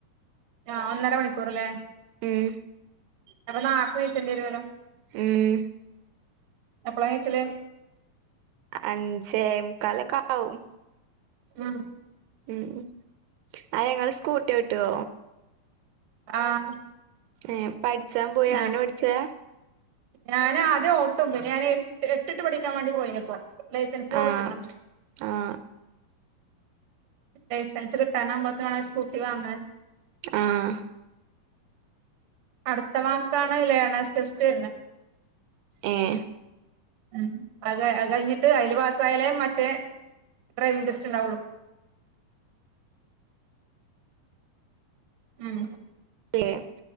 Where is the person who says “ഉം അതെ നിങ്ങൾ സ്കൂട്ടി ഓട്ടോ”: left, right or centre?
Right